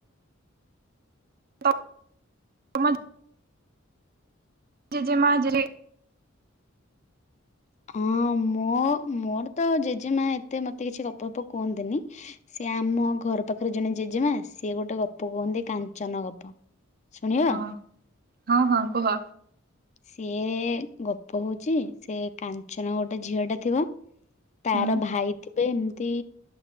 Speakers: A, on the right; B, on the left.
A: <unintelligible> ଜେଜେମା ଯେ
B: ହଁ ମୋ ମୋର ତ ଜେଜେମା ଏତେ ମତେ କିଛି ଗପଫପ କୁହନ୍ତିନି ସିଏ ଆମ ଘର ପାଖରେ ଜଣେ ଜେଜେମା ସିଏ ଗୋଟେ ଗପ କୁହନ୍ତି କାଞ୍ଚନ ଗପ। ଶୁଣିବ?
A: ହଁ, ହଁ -ହଁ କୁହ?
B: ସିଏ ଗପ ହଉଛି ସେ କାଞ୍ଚନ ଗୋଟେ ଝିଅ ଟା ଥିବ
A: ହୁଁ।
B: ତାର ଭାଇ ଥିବେ ଏମିତି